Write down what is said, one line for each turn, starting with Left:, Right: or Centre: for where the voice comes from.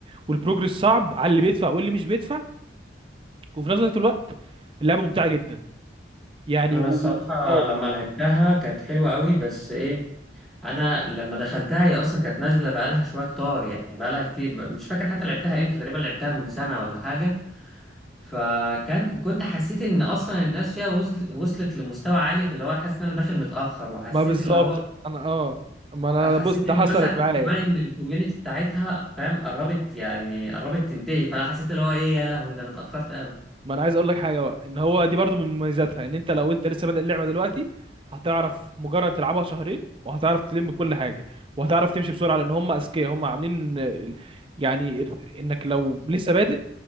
Right: والبروجرس صعب على اللي بيدفع واللي مش بيدفع وفي نفس الوقت الوقت اللعبه ممتعه جدا يعني
Centre: أنا
Right: و...
Centre: الصراحة
Right: و... اه
Centre: لما لعبتها كانت حلوة أوي بس إيه أنا لما دخلتها هي أصلا كانت نازلة بقالها شوية كتار يعني بقالها كتير ب- مش فاكر حتى لعبتها إمتى تقريبا لعبتها من سنة ولا حاجة فكان كنت حسيت ان اصلا الناس فيها وصل- وصلت لمستوى عالي في اللي هو حاسس ان انا داخل متاخر وحسيت
Right: ما بالظبط
Centre: اللي هو
Right: انا اه ما انا
Centre: حسيت
Right: بص ده
Centre: ان
Right: حصلت
Centre: مثلا
Right: معايا
Centre: كمان ان الكوميونتي بتاعتها فاهم قربت يعني قربت تنتهي فانا حسيت اللي هو ايه يا لهوي ده انا اتاخرت قوي
Right: ما انا عايز اقول لك حاجه بقى ان هو دي برضو من مميزاتها ان انت لو انت لسه بادئ اللعبه دلوقتي هتعرف مجرد تلعبها شهرين وهتعرف تلم كل حاجه وهتعرف تمشي بسرعه لان هم اذكياء هم عاملين آه، يعني انك لو لسه بادئ